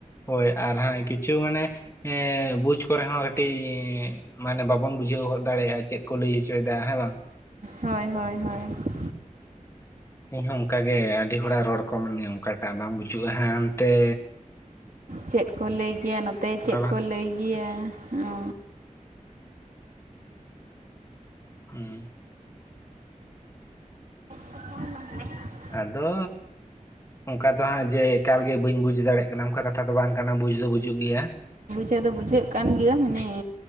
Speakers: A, on the left; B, on the right.
A: ᱦᱳᱭ ᱟᱨ ᱦᱟᱜ ᱠᱤᱪᱷᱩ ᱢᱟᱱᱮ ᱮ ᱵᱩᱡᱽ ᱠᱚᱨᱮ ᱦᱚᱸ ᱠᱟᱹᱴᱤᱡ ᱢᱟᱱᱮ ᱵᱟᱵᱚᱱ ᱵᱩᱡᱷᱟᱹᱣ ᱦᱚᱚᱫ ᱫᱟᱲᱮᱭᱟᱜᱼᱟ ᱪᱮᱫ ᱠᱚ ᱞᱟᱹᱭ ᱦᱚᱪᱚᱭᱮᱫᱟ ᱦᱮᱸ ᱵᱟᱝ?
B: ᱦᱳᱭ ᱦᱳᱭ ᱦᱳᱭ
A: ᱤᱧᱦᱚᱸ ᱚᱱᱠᱟᱜᱮ ᱟᱹᱰᱤ ᱦᱚᱲᱟᱜ ᱨᱚᱲ ᱠᱚ ᱢᱟᱱᱮ ᱚᱱᱠᱟᱴᱟᱜ ᱵᱟᱝ ᱵᱩᱡᱩᱜᱼᱟ ᱦᱟᱜ ᱚᱱᱛᱮ
B: ᱪᱮᱫ ᱠᱚ ᱞᱟᱹᱭ ᱜᱮᱭᱟ ᱱᱚᱛᱮ ᱪᱮᱫ
A: ᱵᱟᱝ
B: ᱠᱚ ᱞᱟᱹᱭ ᱜᱮᱭᱟ ᱚ
A: ᱦᱩᱸ
B: <unintelligible>
A: ᱟᱫᱚ ᱚᱱᱠᱟ ᱫᱚ ᱦᱟᱸᱜ ᱡᱮ ᱮᱠᱟᱞᱜᱮ ᱵᱟᱹᱧ ᱵᱩᱡ ᱫᱟᱲᱮᱜ ᱾ ᱚᱱᱠᱟ ᱠᱟᱛᱷᱟ ᱫᱚ ᱵᱟᱝ ᱠᱟᱱᱟ ᱵᱩᱡ ᱫᱚ ᱵᱩᱡᱩᱜ ᱜᱮᱭᱟ ᱾
B: ᱛᱮᱫ ᱫᱚ ᱵᱩᱡᱷᱟᱹᱜ ᱠᱟᱱ ᱜᱮᱭᱟ ᱢᱟᱱᱮ